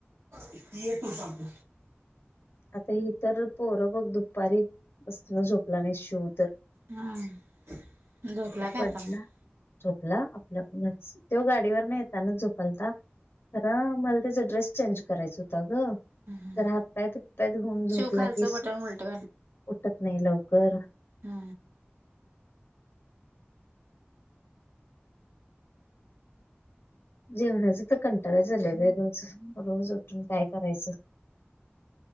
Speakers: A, on the right; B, on the left.
A: इते ये तुला सांगतो.
B: आता ही तर पोरं बघ दुपारी झोपला नाही शिव तर
A: हम्म झोपला
B: च
A: काय
B: पटलं
A: आता मग
B: झोपला आपल्याूनच तो गाडीवर न येताना झोपलता. खर मला त्याचा ड्रेस चेंज करायचा होता ग
A: हम्म
B: जर हात काय तर तऊन झोपला
A: शिव खालचं
B: कीस
A: बटन उलटं
B: उठत नाही लवकर
A: हा
B: जेवणाच तर कंटाळायच झाले बेरोज रोज उठून काय करायचं.